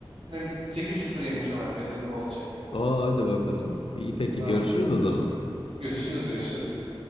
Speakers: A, on the right; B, on the left.
A: ne bi- 8 sıfır yeneceğim abi. Hedefim o olacak benim.
B: Aa hadi bakalım. İyi peki
A: Tamam
B: görüşürüz
A: hadi.
B: o zaman.
A: Görüşürüz, görüşürüz.